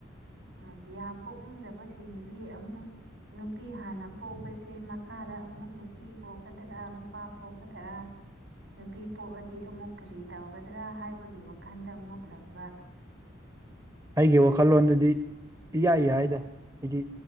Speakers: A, on the right; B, on the right.
A: ꯎꯝ ꯌꯥꯝ ꯄꯣꯛꯅꯤꯡꯗꯕꯁꯤꯡꯒꯤꯗꯤ ꯑꯃꯨꯛ ꯅꯨꯄꯤ ꯍꯥꯟꯅ ꯄꯣꯛꯄꯁꯦ ꯃꯈꯥꯗ ꯑꯃꯨꯛ ꯅꯨꯄꯤ ꯄꯣꯛꯀꯗꯔꯥ ꯅꯨꯄꯥ ꯄꯣꯛꯀꯗꯔꯥ ꯅꯨꯄꯤ ꯄꯣꯛꯑꯗꯤ ꯑꯃꯨꯛ ꯀ꯭ꯔꯤ ꯇꯧꯒꯗ꯭ꯔꯥ ꯍꯥꯏꯕꯒꯤ ꯋꯥꯈꯜꯗ ꯑꯃꯨꯛ ꯂꯩꯕ
B: ꯑꯩꯒꯤ ꯋꯥꯈꯜꯂꯣꯟꯗꯨꯗꯤ ꯏꯌꯥ ꯌꯥꯏꯗ ꯍꯥꯏꯗꯤ